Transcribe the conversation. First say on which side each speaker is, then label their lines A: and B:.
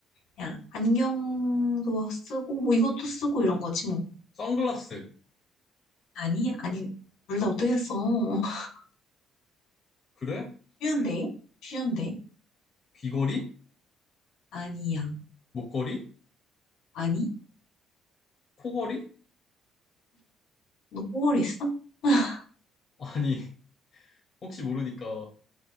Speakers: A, on the left (about 75°); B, on the left (about 40°).
A: 그냥 안경도 쓰고, 뭐 이것도 쓰고 이런 거지 뭐.
B: 선글라스.
A: 아니, 아니, 둘 다 어떻게 써? <laughs>
B: 그래?
A: 쉬운데? 쉬운데?
B: 귀걸이?
A: 아니야.
B: 목걸이?
A: 아니?
B: 코걸이?
A: 너 꼬걸했어 <laughs>
B: 아니, <laughs> 혹시 모르니까